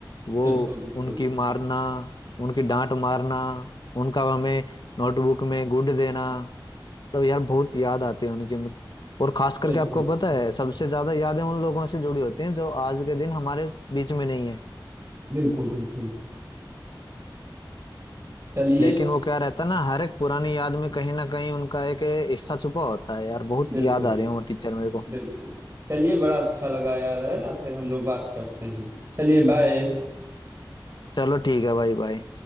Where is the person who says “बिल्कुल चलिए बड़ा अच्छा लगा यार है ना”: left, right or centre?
Right